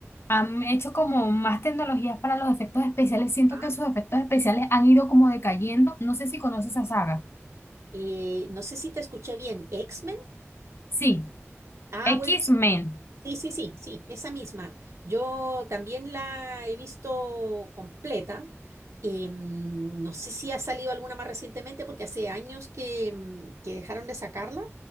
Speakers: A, on the left; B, on the right.
A: han hecho como más tecnologías para los efectos especiales, siento
B: ah.
A: que sus efectos especiales han ido como decayendo, no sé si conoces esa saga.
B: Eh, no sé si te escuché bien. x
A: Sí.
B: Ah,
A: X-Men,
B: bueno, sí. Sí, sí, sí, sí, esa misma. Yo también la he visto completa. Em, no sé si ha salido alguna más recientemente porque hace años que, em, que dejaron de sacarla,